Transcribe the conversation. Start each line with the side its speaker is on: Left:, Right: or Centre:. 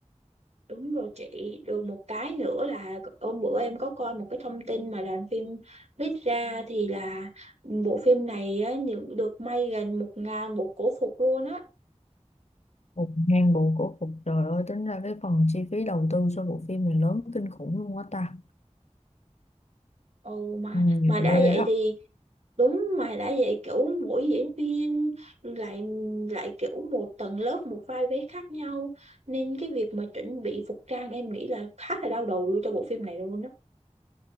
Right: Đúng rồi chị, được một cái nữa là hôm bữa em có coi một cái thông tin mà đoàn phim viết ra thì là bộ phim này á, những- được may gần một ngàn bộ cổ phục luôn á.
Left: Một ngàn bộ cổ phục trời ơi tính ra cái phần chi phí đầu tư cho bộ phim này lớn kinh khủng luôn quá ta.
Right: Ồ mà
Left: Ừ, Nhiều
Right: mà đã
Left: ghê
Right: vậy
Left: á.
Right: thì đúng mà đã vậy kiểu mỗi diễn viên lại lại kiểu một tầng lớp một vai vế khác nhau nên cái việc mà chuẩn bị phục trang em nghĩ là khá là đau đầu luôn cho bộ phim này luôn á.